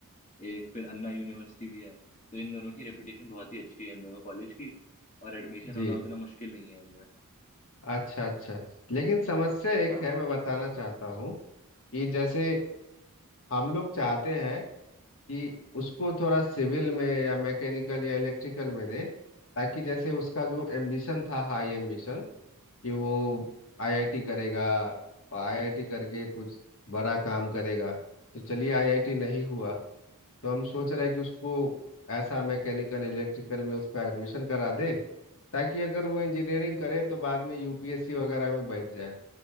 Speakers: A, on the left; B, on the left.
A: एक फिर अन्ना यूनिवर्सिटी भी है तो इन दोनों की रेपुटेशन बहुत ही अच्छी है इन दोनों कॉलेज की और एडमिशन
B: जी
A: होना उतना मुश्किल नहीं है इनमें
B: अच्छा अच्छा लेकिन समस्या एक
A: हाँ
B: है मैं बताना चाहता हूँ कि जैसे हम लोग चाहते हैं कि उसको थोड़ा सिविल में या मैकेनिकल या इलेक्ट्रिकल में दे ताकि जैसे उसका जो एम्बिशन था हाई एम्बिशन कि वो आईआईटी करेगा और आईआईटी करके कुछ बड़ा काम करेगा तो चलिए आईआईटी नहीं हुआ तो हम सोच रहे हैं कि उसको ऐसा मैकेनिकल इलेक्ट्रिकल में उसका एडमिशन करा दे ताकि अगर वो इंजीनियरिंग करे तो बाद में यूपीएससी वगैरह में बैठ जाए